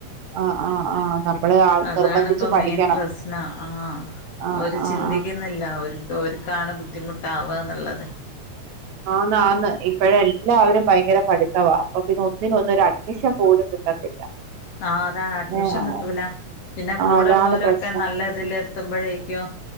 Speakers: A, on the right; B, on the left.
A: ആഹ്- ആഹ് ആ- നമ്മള്
B: അതാണി
A: നിർബന്ധിച്ച്
B: ഇപ്പം
A: പഠിക്കണം
B: മെയിൻ പ്രശ്നം ആഹ്
A: ആഹ്
B: ഓരു ചിന്തിക്കുന്നില്ല
A: ആഹ് ആഹ്
B: ഒരു- ഇപ്പൊ ഓര്ക്കാണ് ബുദ്ധിമുട്ടാവുക എന്നുള്ളത്
A: ആന്ന് ആന്ന് ഇപ്പഴ എല്ലാവരും ഭയങ്കര പഠിത്തവാ അപ്പൊ പിന്നെ ഒന്നിനൊ ഒന്നും ഒരു അഡ്മിഷൻ പോലും കിട്ടത്തില്ല-
B: ആഹ അതാണ് അഡ്മിഷൻ
A: ഏഹ്
B: കിട്ടൂല പിന്നെ കൂടെള്ളവരൊക്കെ
A: അതാണ് പ്രശ്നം
B: നല്ല ഇതിൽ എത്തുമ്പോഴേക്കും